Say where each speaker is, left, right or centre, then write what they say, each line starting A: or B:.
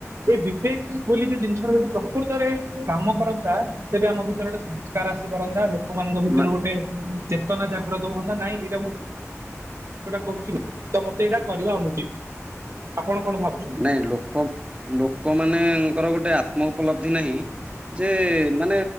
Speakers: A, on the right; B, on the right.
A: ଏ ବିବେକ ବୋଲି ଯୋଉ ଜିନିଷା ଯଦି ପ୍ରକୃତରେ କାମ କରନ୍ତା ତେବେ ଆମ ଭିତରେ ଗୋଟେ ସଂସ୍କାର ଆସି ପାରନ୍ତା ଲୋକମାନଙ୍କ ଭିତରୁ
B: ମା
A: ଗୋଟେ ଚେତନା ଜାଗ୍ରତ ହୁଅନ୍ତା। ନାଇଁ ଏଇା ମୁଁ ଟା କରୁଛି ତ ମତେ ଏଇଟା କରିବା ଅନୁଚିତ ଆପଣ କଣ ଭାବୁଛନ୍ତି।
B: ନାଇଁ ଲୋକ ଲୋକ ମାନଙ୍କର ଗୋଟେ ଆତ୍ମ ଉପଲବ୍ଧି ନାହିଁ। ଯେ ମାନେ